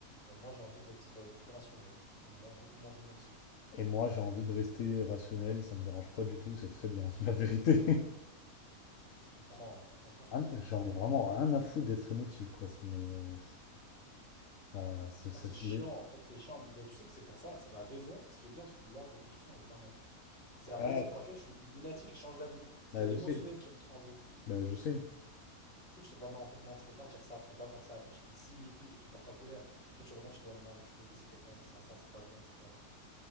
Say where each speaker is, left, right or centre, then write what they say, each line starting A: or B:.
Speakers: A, on the left; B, on the left.
A: Euh, moi, j'ai envie d'être euh, plus rationnel et moins, beaucoup moins émotif.
B: Et moi, j'ai envie de rester rationnel. Ça me dérange pas du tout. C'est très bien, <laughs> la vérité.
A: Je comprends, hein. Franchement, je comprends.
B: Ah, mais J'en ai vraiment rien à foutre d'être émotif, quoi. Ça me. Ça, ça, ça-
A: Ah, c'est
B: ça-
A: chiant, en fait, c'est chiant. Mais ben, tu sais que c'est pour ça, c'est la raison, ce qui est bien, parce que l'ordre de tes questions, elle est pas mal. C'est la
B: Ah,
A: raison pour laquelle je suis lunatique et change d'avis. Parce
B: bah,
A: qu'il y
B: je
A: a l'émotionnel
B: sais.
A: qui rentre en jeu.
B: Bah, je sais.
A: Parce que tu sais pas, non, en fait, non, tu peux pas dire ça, tu peux pas faire ça. Après, tu dis si et tout, t'es pris par ta colère. Après, tu reviens, tu dis ouais, mais non, mais tu peux blesser quelqu'un en disant ça, c'est pas bien, etc.